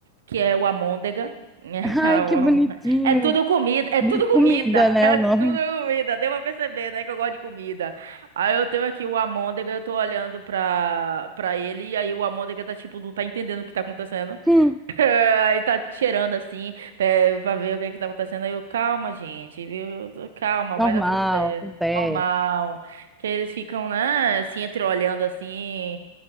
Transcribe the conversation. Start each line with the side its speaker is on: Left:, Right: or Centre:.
Right: que é o Amôndega. <laughs>
Centre: Ai, que bonitinho.
Right: É tudo comida, é
Centre: De
Right: tudo comida,
Centre: comida, né?
Right: <laughs> é
Centre: O nome.
Right: tudo comida. Deu pra perceber, né, que eu gosto de comida. Aí eu tenho aqui o Amôndega, eu tô olhando pra, pra ele, e aí o Amôndega tá tipo, não tá entendendo o que tá acontecendo.
Centre: Hum,
Right: <laughs> Aí tá cheirando assim. Até pra ver o que é que tá acontecendo. Aí eu, calma, gente, viu? Calma,
Centre: normal,
Right: vai dar tudo certo.
Centre: acontece.
Right: Normal. Que eles ficam, né, assim, entreolhando assim.